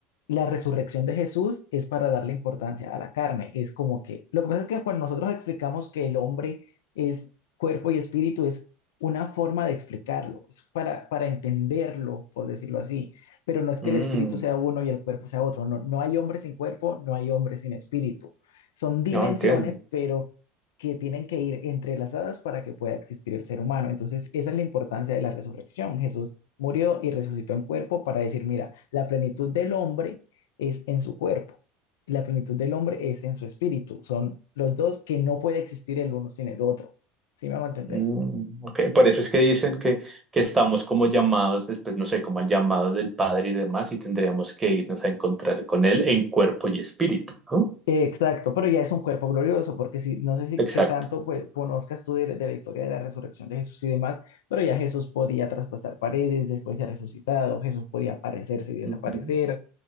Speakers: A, on the left; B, on the right.
A: La resurrección de Jesús es para darle importancia a la carne. Es como que, lo que pasa es que cuando nosotros explicamos que el hombre es cuerpo y espíritu, es una forma de explicarlo, es para, para entenderlo, por decirlo así. Pero no es que
B: Mm,
A: el espíritu sea uno y el cuerpo sea otro. No, no hay hombre sin cuerpo, no hay hombre sin espíritu. Son dimensiones,
B: no, entiendo.
A: pero que tienen que ir entrelazadas para que pueda existir el ser humano. Entonces, esa es la importancia de la resurrección. Jesús murió y resucitó en cuerpo para decir, mira, la plenitud del hombre es en su cuerpo. La plenitud del hombre es en su espíritu. Son los dos que no puede existir el uno sin el otro. ¿Sí me hago entender?
B: Mm, ok, Por eso es que dicen que, que estamos como llamados después, no sé, como al llamado del Padre y demás, y tendríamos que irnos a encontrar con Él en cuerpo y espíritu, ¿no?
A: Exacto, pero ya es un cuerpo glorioso, porque si, no sé si
B: Exacto.
A: qué tanto pues, conozcas tú de, de la historia de la resurrección de Jesús y demás, pero ya Jesús podía traspasar paredes después de resucitado, Jesús podía aparecerse y desaparecer,
B: Ujú.